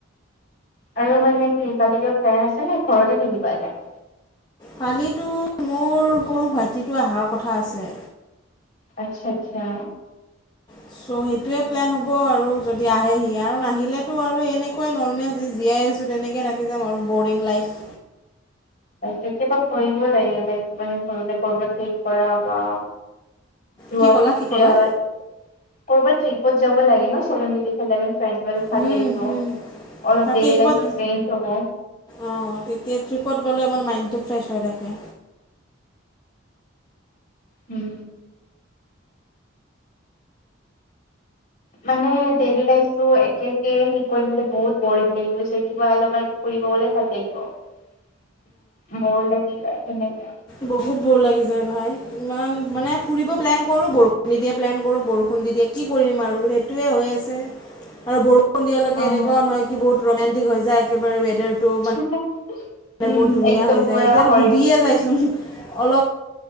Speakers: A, on the left (about 45°); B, on the left (about 20°).
A: আৰু মানে কি, কালি কিবা প্লেন আছে নে ঘৰতে থাকিবা এনেই?
B: কালিতো মোৰ সৰু ভাইটিটো আহাৰ কথা আছে।
A: আচ্ছা আচ্ছা।
B: চ' সেইটোৱে প্লেন হ'ব আৰু যদি আহে সি আৰু নাহিলেতো আৰু এনেকৈুৱে নৰ্মেল। জীয়াই আছোঁ তেনেকৈ থাকি যাম আৰু বৰিং লাইফ।
A: কেতিয়াবা কৰিব লাগে লাইক মানে ধৰিলে কৰবাত শেষ কৰা বা,
B: কি
A: <unintelligible>
B: ক'লা কি ক'লা?
A: ক'ৰবাত ট্ৰিপত যাব লাগে ন সবে মিলি পেললে আমি। ফাইছবাৰো ফাইভ
B: হুম
A: লাগিব,
B: হুম
A: অলপ
B: তাকেই
A: ডেলি
B: ক'ৰবাত
A: লাইফটো চেঞ্জ হব।
B: অঁ তেতিয়া ট্ৰিপত গ'লে আমাৰ মাইণ্ডটো ফ্ৰেছ হৈ থাকে।
A: উম মানে ডেইলি লাইফটো একে একে কৰি বহুত বৰিং লাগি গৈছে কিবা অলপমান। ফুৰিব গলে ভাল লাগিব বৰ লাগি যায় তেনেকা।
B: বহুত বৰ লাগি যায় ভাই। ইমান মানে ফুৰিব প্লেন কৰোঁ বৰষুণ দি দিয়ে প্লেন কৰোঁ বৰষুণ দি দিয়ে কি কৰিম আৰু টোৱে হৈ আছে আৰু বৰ সন্ধিয়ালৈকে
A: অ',
B: এনেকুৱা নহয় কি বহুত ৰোমণ্টিক হৈ যায়, একেবাৰে ৱেদাৰটো মানে,
A: <unintelligible>
B: বহুত ধুনীয়া
A: একদম
B: হৈ যায়
A: পুৰা
B: এতিয়াতো
A: হয়
B: ডুবিয়ে যাইচোন অলপ,